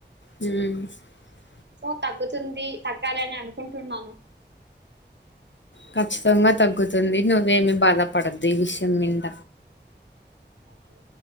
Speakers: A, on the left (about 80°); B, on the right (about 70°).
A: హ్మ్ ఉ
B: ఓ తగ్గుతుంది తగ్గాలి అని అనుకుంటున్నాను.
A: ఖచ్చితంగా తగ్గుతుంది. నువ్వేమి బాధపడద్దు. ఈ విషయం మింద
B: ఓకే